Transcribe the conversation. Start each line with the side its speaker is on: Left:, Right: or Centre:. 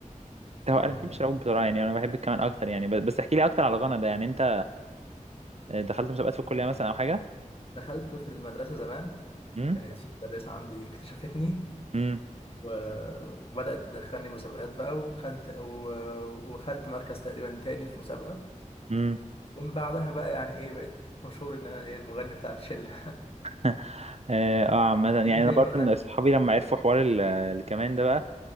Right: هو
Left: يعني
Right: انا ما بحبش العب بسرعة يعني انا بحب الكمان اكتر يعني بس بس احكي لي اكتر على الغنى ده يعني انت آه، دخلت مسابقات في الكلية مثلا او حاجة
Left: دخلت في المدرسة زمان
Right: امم
Left: كانت في مدرسة عندي اكتشفتني
Right: امم
Left: و- وبدأت تدخلني مسابقات بقى وخدت و- وخدت مركز تقريبا تاني في مسابقة
Right: امم
Left: ومن بعدها بقى يعني إيه بقيت مشهور إن أنا إيه المغني بتاع الشلة
Right: <laughs> اه آه،
Left: <laughs>
Right: عامة يعني
Left: من
Right: انا
Left: هي
Right: برضه
Left: بقى
Right: من صحابي لما عرفوا حوار ال- الكمان ده بقى